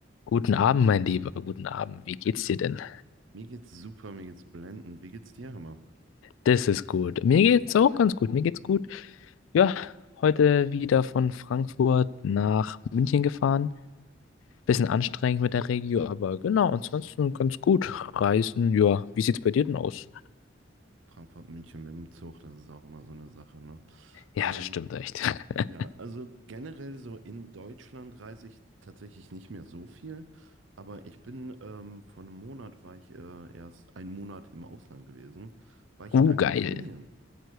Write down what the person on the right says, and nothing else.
Mir geht's super, mir geht's blendend. Wie geht's dir, Hammer?
Frankfurt, München mit dem Zug, das ist auch immer so eine Sache, ne?
Ähm,
ja, also generell so in Deutschland reise ich tatsächlich nicht mehr so viel, aber ich bin ähm, vor einem Monat war ich äh, erst einen Monat im Ausland gewesen, war ich
in Argentinien.